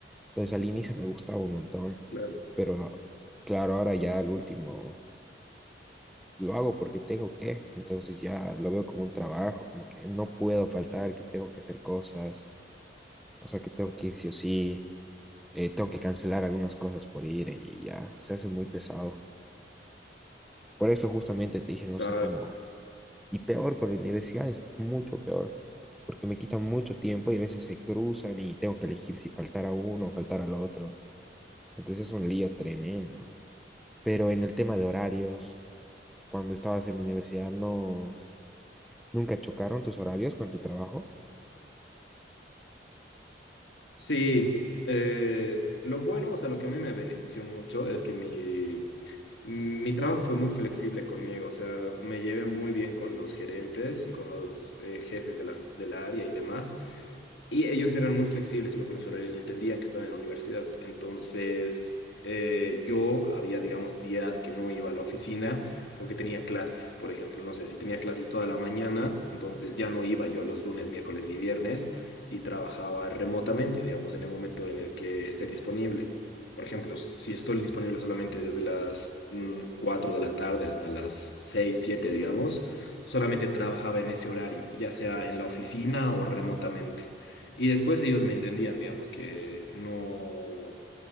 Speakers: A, in the centre; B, on the left (about 70°).
A: Entonces al inicio me gustaba un montón,
B: Claro,
A: pero claro, ahora ya al último lo hago porque tengo que, entonces ya lo veo como un trabajo, como que no puedo faltar, que tengo que hacer cosas, o sea que tengo que ir sí o sí, eh, tengo que cancelar algunas cosas por ir y ya, se hace muy pesado. Por eso justamente te dije, no
B: claro.
A: sé cómo, y peor con la universidad es mucho peor, porque me quitan mucho tiempo y a veces se cruzan y tengo que elegir si faltar a uno o faltar al otro, entonces es un lío tremendo. Pero en el tema de horarios, cuando estabas en la universidad, no, nunca chocaron tus horarios con tu trabajo.
B: Sí, eh, lo bueno, o sea, lo que a mí me benefició mucho es que mi, mi trabajo fue muy flexible conmigo, o sea, me llevé muy bien con los gerentes y con los eh, jefes de las, del área y demás. Y ellos eran muy flexibles igual con los horarios y entendían que estaba en la universidad. Entonces, eh, yo había, digamos, días que no iba a la oficina porque tenía clases, por ejemplo, no sé, si tenía clases toda la mañana, entonces ya no iba yo los lunes, miércoles ni viernes y trabajaba remotamente, digamos, en el momento en el que esté disponible. Por ejemplo, si estoy disponible solamente desde las mm, 4 de la tarde hasta las 6 7 digamos, solamente trabajaba en ese horario, ya sea en la oficina o remotamente. Y después ellos me entendían, digamos, que no,